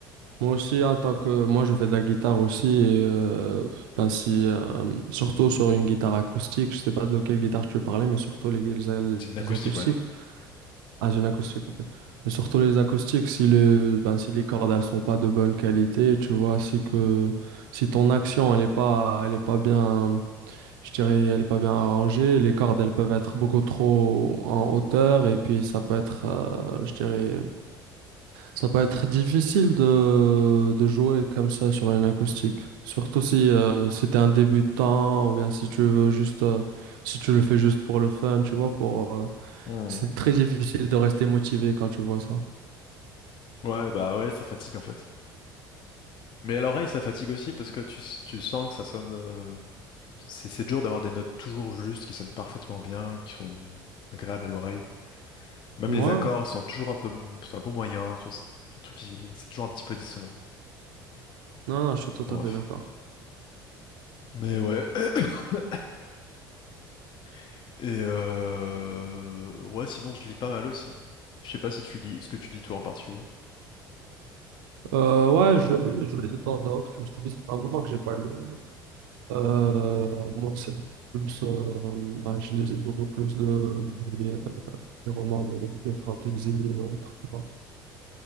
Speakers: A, on the right; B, on the left.
A: Moi aussi, en tant que moi, je fais de la guitare aussi. Et, euh, ben si, euh, surtout sur une guitare acoustique. Je sais pas de quelle guitare tu parlais, mais surtout les, les,
B: C'est une acoustique
A: les acoustiques.
B: ouais.
A: Ah, j'ai une acoustique, ok. Mais surtout les acoustiques, si le, ben, si les cordes elles sont pas de bonne qualité, tu vois, si que si ton action elle est pas, elle est pas bien, je dirais, elle est pas bien arrangée, les cordes elles peuvent être beaucoup trop en hauteur et puis ça peut être, euh, je dirais. Ça peut être difficile de, de jouer comme ça sur une acoustique. Surtout si, euh, si tu es un débutant ou bien si tu veux juste, euh, si tu le fais juste pour le fun, tu vois, pour, euh,
B: Mhm.
A: c'est très difficile de rester motivé quand tu vois ça.
B: Ouais bah ouais, ça fatigue en fait. Mais à l'oreille ça fatigue aussi parce que tu, tu sens que ça sonne euh, C'est c'est dur d'avoir des notes toujours justes, qui sonnent parfaitement bien, qui sont agréables à l'oreille. Même
A: Ouais,
B: les accords sont toujours un peu, mo- sont un peu moyens, tu vois, c'est un truc qui, c'est toujours un petit peu dissonant.
A: non, non, je suis tout
B: Enfin,
A: à
B: bref.
A: fait d'accord.
B: Mais ouais. <coughs> <clears throat> Et euh... ouais, sinon je lis pas mal aussi. Je sais pas si tu lis ce que tu lis toi en particulier.
A: Euh, ouais, je lis, je lis de temps à autre, comme je t'ai dit, ça fait un moment que j'ai pas lu. Euh, moi, c'est beaucoup plus, euh, bah, je lisais beaucoup plus de, des, euh, des romans de, de fantasy et autres, tu vois.